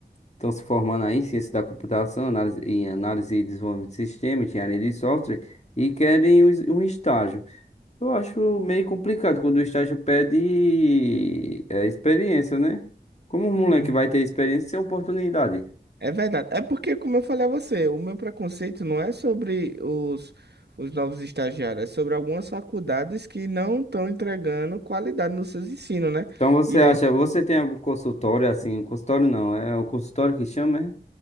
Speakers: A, on the left (about 40°); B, on the right (about 75°).
A: estão se formando aí em ciência da computação, análise, em análise e desenvolvimento de sistema, engenharia de software, e querem um, es- um estágio. Eu acho meio complicado quando o estágio pede é, experiência, né? Como um moleque
B: uhum.
A: vai ter experiência sem oportunidade?
B: É verdade. É porque, como eu falei a você, o meu preconceito não é sobre os, os novos estagiários, é sobre algumas faculdades que não estão entregando qualidade nos seus ensinos, né?
A: Então você
B: E
A: acha,
B: aí,
A: você tem algum consultório assim? Um consultório não, é um consultório que chama, é?